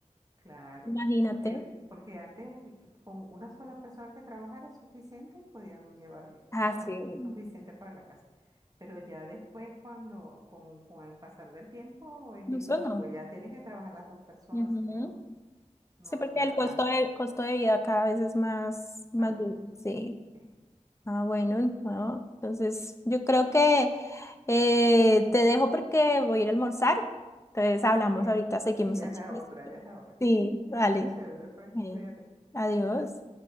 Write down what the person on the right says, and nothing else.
claro,
porque, porque antes con una sola persona que trabajara es suficiente y podían llevar ¿verdad?
suficiente para la casa. Pero ya después, cuando, con, con el pasar del tiempo, es
difícil,
pues ya tienen que trabajar las dos personas,
si no, no,
no
alcanza.
Más
costoso,
sí. Sí,
sí, es-
sí, ya
es
la hora, ya es la hora.
<laughs>
Chévere, pues,
cuídate.